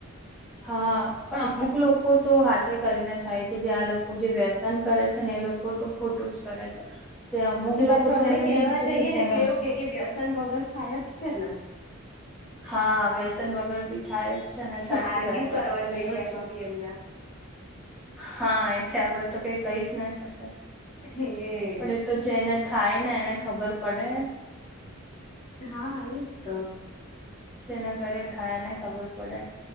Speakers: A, in the centre; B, on the left.
A: હા પણ અમુક લોકો તો હાથે કરીને થાય છે જે આ લોકો જે વ્યસ્ત સંનકરે છે ને એ લોકો તો ખોટું જ કરે છે. જે અમુક
B: ને
A: લોકો
B: પાછું આપડે
A: છે એને
B: કેવા
A: ઠીક છે
B: જઈએ
A: કે જેને
B: ને એટલે એવું કે કે વ્યસન વગર થાયજ છે ને.
A: હા વ્યસન વગેર બી થાય છે ને સાચી
B: આર્ગ્યુ
A: વાત છે
B: કરવા
A: આપણને
B: જોઈએ
A: એવું
B: એમાં
A: જ છે
B: બી એમના
A: હા એટલે આપડે તો કઈ કઈ જ ના શકાય
B: હેજ
A: પણ એ તો જેને થાય ને એને ખબર પડે
B: હા એજ તો
A: જેના કર ખાયાને ખબર પડે